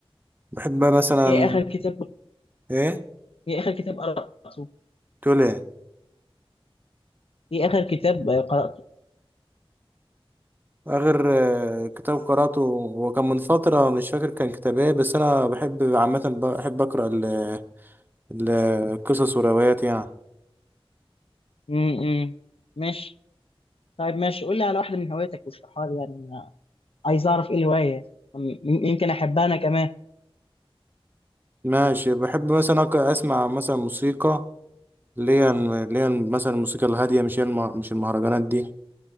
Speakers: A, on the right; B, on the left.
A: بحب مثلا
B: ايه اخر كتاب كنت-
A: ايه
B: ايه اخر كتاب قرأته
A: تقول ايه
B: ايه اخر كتاب آه، قرأته
A: اخر آه، كتاب قراته هو كان من فتره مش فاكر كان كتاب ايه بس انا بحب عامه بحب اقرا ال- ال- القصص والروايات يعني
B: مم. مم. ماشي طيب ماشي قول لي على واحدة من هواياتك واشرحها لي يعني انا عايز اعرف ايه الهواية مم، يمكن احبها انا كمان
A: ماشي بحب مثلا أك- اسمع مثلا موسيقى اللي هي اللي هي مثلا الموسيقى الهاديه مش هي المه... مش المهرجانات دي